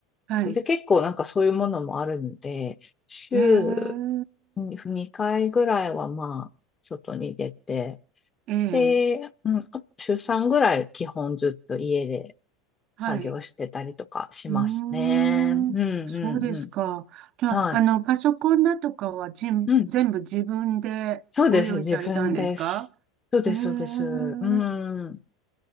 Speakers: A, on the right; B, on the left.
A: はい。
B: で、結構なんかそういうものもあるので、週
A: へえ。
B: に2回ぐらいはまあ、外に出て、
A: ええ。
B: で、うん、あ週3ぐらい基本ずっと家で
A: はい。
B: 作業してたりとかしますね。
A: うーん、
B: うんうんうん。
A: そうですか。じゃあ、
B: は
A: あの、パソコンだとかはじん、
B: い。うん。
A: 全部自分でご用意されたんですか
B: そうです。自分です。そうです、
A: へえ、そ
B: そうです。うん。